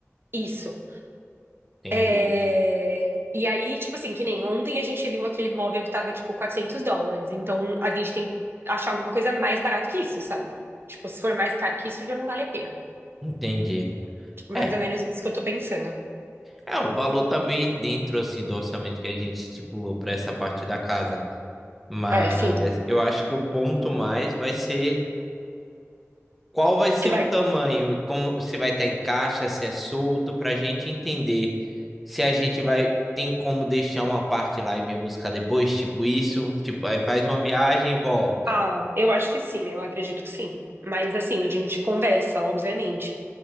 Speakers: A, on the right; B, in the centre.
A: Isso.
B: Entendi.
A: É, E aí, tipo assim, que nem ontem a gente viu aquele móvel que tava tipo 400 dólares, então a gente tem que achar alguma coisa mais barata que isso, sabe? Tipo, se for mais caro que isso, já não vale a pena.
B: Entendi.
A: Tipo, mais
B: É,
A: ou menos isso que eu tô pensando.
B: é o valor também dentro assim do orçamento que a gente estipulou para essa parte da casa, mas
A: É, sim.
B: eu acho que o ponto mais vai ser qual vai ser
A: Se vai.
B: o tamanho e como se vai estar em caixa, se é solto, para a gente entender se a gente vai tem como deixar uma parte lá e vir buscar depois, tipo isso, tipo aí faz uma viagem e volta.
A: Ah, eu acho que sim, eu acredito que sim. Mas assim, a gente conversa, obviamente.